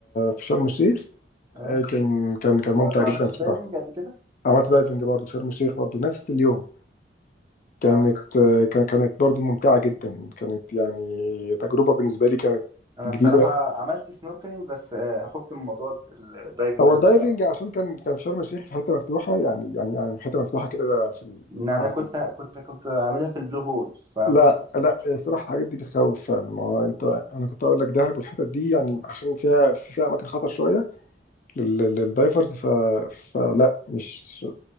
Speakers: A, on the left; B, on the right.
A: في شرم الشيخ
B: اه
A: آه، كان كان كان
B: ما
A: ممتع
B: ما
A: جدا
B: عملتش
A: الصراحه
B: دايفنج قبل كده
A: عملت دايفنج برضو في شرم الشيخ برضو نفس اليوم كانت
B: اه
A: آه، كان- كانت برضو ممتعة جدا كانت يعني تجربة بالنسبة لي كانت
B: انا
A: جديدة
B: بصراحه عملت سنوركلينج بس آه، خفت من موضوع الدايفنج
A: هو
B: ده
A: الدايفنج
B: بصراحه
A: عشان كان كان في شرم الشيخ في حتة مفتوحة يعني يعني يعني في حتة مفتوحة كده في ال...
B: ان انا
A: على-
B: كنت كنت كنت عاملها في البلو هول فخفت
A: لا
B: بصراحه
A: لا الصراحة الحاجات دي بتخوف فعلا ما هو انت انا كنت اقول لك دهب والحتت دي يعني عشان فيها في فيها اماكن خطر شوية لل... للدايفرز ف... فلا مش